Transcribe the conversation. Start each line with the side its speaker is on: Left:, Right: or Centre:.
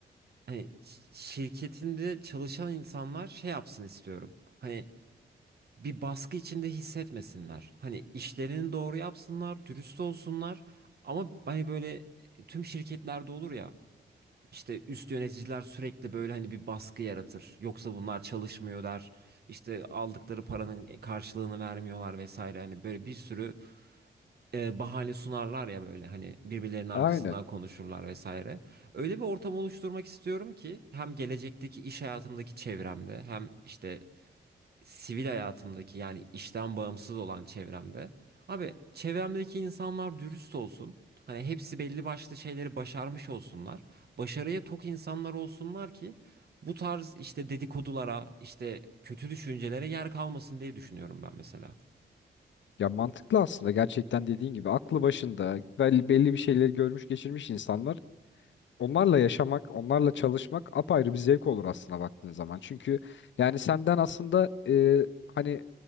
Right: hani ş- şirketinde çalışan insanlar şey yapsın istiyorum. Hani bir baskı içinde hissetmesinler. Hani işlerini doğru yapsınlar, dürüst olsunlar. Ama hani böyle e, tüm şirketlerde olur ya. İşte üst yöneticiler sürekli böyle hani bir baskı yaratır. Yoksa bunlar çalışmıyor der. İşte aldıkları paranın e, karşılığını vermiyorlar vesaire. Hani böyle bir sürü e, bahane sunarlar ya böyle hani birbirlerinin arkasından
Left: Aynen.
Right: konuşurlar vesaire. Öyle bir ortam oluşturmak istiyorum ki hem gelecekteki iş hayatımdaki çevremde hem işte sivil hayatımdaki yani işten bağımsız olan çevremde. Abi çevremdeki insanlar dürüst olsun. Hani hepsi belli başlı şeyleri başarmış olsunlar. Başarıya tok insanlar olsunlar ki bu tarz işte dedikodulara, işte kötü düşüncelere yer kalmasın diye düşünüyorum ben mesela.
Left: Ya mantıklı aslında gerçekten dediğin gibi aklı başında belli, belli bir şeyleri görmüş geçirmiş insanlar Onlarla yaşamak, onlarla çalışmak apayrı bir zevk olur aslında baktığın zaman. Çünkü yani senden aslında e, hani